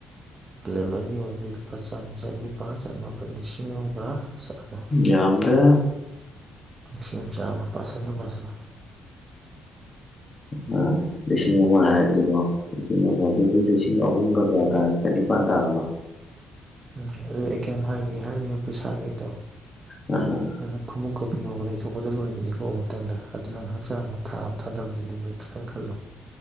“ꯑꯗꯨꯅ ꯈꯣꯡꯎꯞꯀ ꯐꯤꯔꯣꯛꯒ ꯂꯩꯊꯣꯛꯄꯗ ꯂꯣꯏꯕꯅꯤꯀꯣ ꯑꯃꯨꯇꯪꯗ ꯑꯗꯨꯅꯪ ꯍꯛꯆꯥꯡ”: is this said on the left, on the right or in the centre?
Right